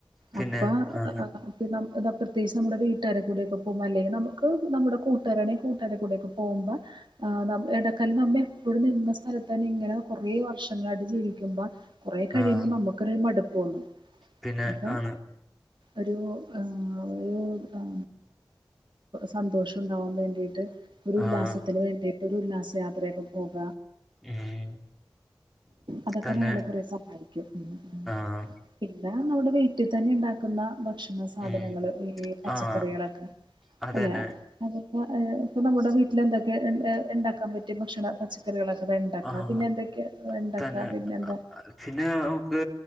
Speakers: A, in the centre; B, on the right (about 70°).
A: പിന്നെ
B: അപ്പൊ
A: ആണ്
B: ഇന്നം ഇത പ്രത്യേച്ച് നമ്മുടെ വീട്ടാരെകൂടെയൊക്കെ പോകുമ്പ അല്ലെ നമുക്ക് നമ്മുടെ കൂട്ടുകാരണേൽ കൂട്ടാരെകൂടെക്ക പോഉമ്പൊ ആഹ് എടക്കൽ നമ്മേ ഇവിടെ നിന്ന സ്ഥലത്തന്നെ ഇങ്ങനെ കൊറേ വർഷങ്ങളായിട്ട് ജീവിക്കുമ്പോ കുറേ കഴിയുമ്പോ
A: ആഹ്
B: നമുക്കൊരു മടുപ്പോന്നും
A: പിന്നെ
B: അപ്പൊ
A: ആണ്
B: ഒരു ആ ഒരു ആ സന്തോഷണ്ടാവാൻ വേണ്ടിയിട്ട് ഒരു ഉല്ലാസത്തിന്
A: ആഹ്
B: വേണ്ടിയിട്ട് ഒരു ഉല്ലാസ യാത്രയൊക്കെ പോക
A: ഉം
B: അതൊക്കെ
A: തന്നെ
B: നമ്മളെ കുറെ സഹായിക്കും ഉം ഉം
A: ആഹ്
B: പിന്ന നമ്മുടെ വീട്ടിതന്നെണ്ടാക്കുന്ന ഭക്ഷ സാധനങ്ങള്
A: ഉം
B: ഈ പച്ചക്കറികളൊക്കെ
A: ആഹ് അതന്നെ
B: അല്ലെ അതൊക്കെ ഇപ്പൊ നമ്മുടെ വീട്ടിലെന്തൊക്കെ ഉണ്ടാക്കാൻ പറ്റിയ ഭക്ഷണം പച്ചക്കറികളൊക്കെ വെണ്ടക്ക
A: ആഹ്
B: പിന്നെ എന്തൊക്കെയാ വെണ്ടക്ക
A: തന്നെ
B: പിന്നെന്താ
A: പിന്നെ നമുക്ക്